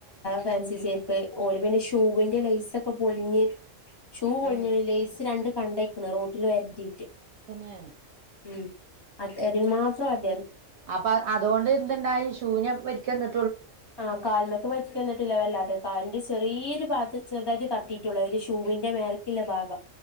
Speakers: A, on the left; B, on the right.
A: ഫാൻസിചെര്പ്പ് ഓല് പിന്നെ ഷൂവിന്റെ ലൈസെക്കൊ പൊളിഞ്ഞ് ഷൂ പൊളിഞ്ഞ്ണ്
B: ഏ
A: ലയ്സ് രണ്ട് കണ്ടയ്ക്ക്ണ് റോട്ടിൽ ഒര്തീട്ട്
B: തന്നെ
A: ഉം അ അതിന് മാത്രം ഒര്
B: അപ്പൊ അതുകൊണ്ട് എന്തുണ്ടായി ഷൂ നേ പരിക്കന്ന്
A: ആകാൽമക്ക് പരിക്ക് വന്നിട്ടില്ല വല്ലാതെ കാലിന്റെ ചെറിയൊരു ഭാത്ത് ചെറുതായിട്ട് തട്ടിട്ട് ട്ടെ ള്ളു അയില് ഷൂവിന്റെ മേലക് ല്ല ഭാഗം